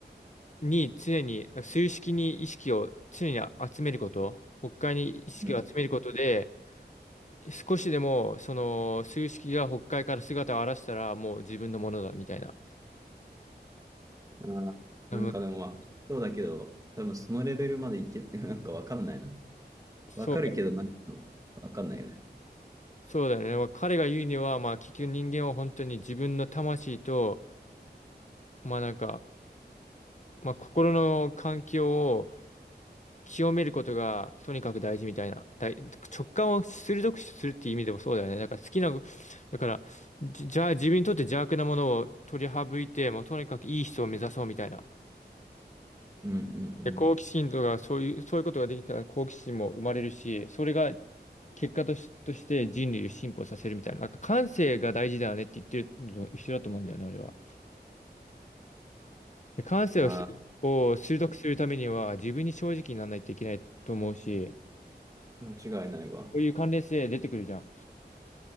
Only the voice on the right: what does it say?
うん。
あーなんかでも、
まあそうだけど、多分そのレベルまでいけ、<laughs> なんかわかんないな。
わかるけど、なんか、わかんないよね。
うんうんうん。
ああ、
間違いないわ。